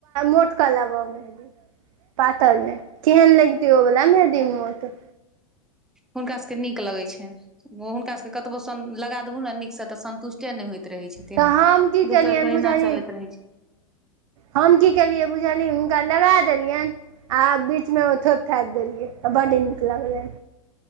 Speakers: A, on the right; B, in the centre.
A: मोटक लगाव मेहेदी पातरी मे केहन लगितै ओबला मेहदी मोट
B: हुनका सभके नीक लगैत छनि ओ हुनका सभके कतबो लगा देहू न नीकसँ तऽ संन्तुष्टे नहि होइत रहैत छै
A: तऽ हम की केलियनि
B: दोसर पह
A: बुझलिही
B: अहिना चलैत रहै छै
A: हम की केलियै बुझलिय हुनका लगा देलियन आ बीच मे ओ थोप थाप देलियै त बड नीक लगले